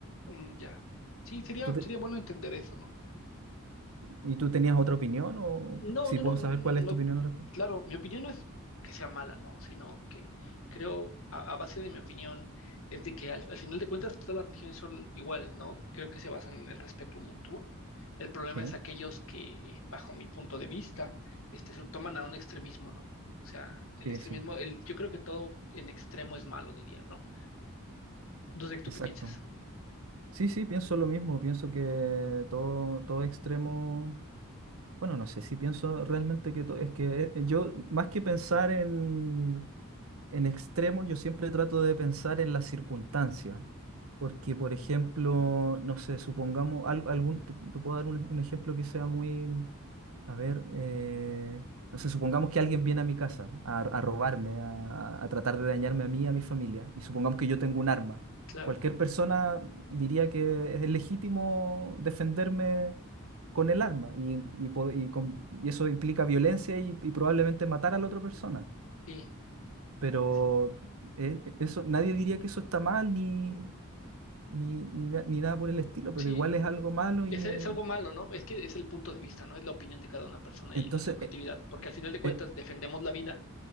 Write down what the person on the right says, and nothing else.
¿Tú te-
¿y tú tenías otra opinión o
si
puedo
saber cuál es tu opinión al respecto?
Sí,
sí,
sí,
exacto.
Sí, sí, pienso lo mismo, pienso que todo, todo extremo, bueno, no sé si pienso realmente que todo, es que eh, yo, más que pensar en, en extremos yo siempre trato de pensar en las circunstancias, porque por ejemplo, no sé, supongamos al- algún, te, te puedo dar un, un ejemplo que sea muy, a ver, eh, no sé, supongamos que alguien viene a mi casa a, a robarme, a, a- a tratar de dañarme a mí y a mi familia, y supongamos que yo tengo un arma.
Cualquier persona diría que es legítimo defenderme con el arma y, y po- y con- y eso implica violencia y, y probablemente matar a la otra persona.
Pero
eh, e, eso, nadie diría que eso está mal ni, ni, na- ni nada por el estilo, pero
igual es algo malo y
eh,
entonces,
eh,
eh,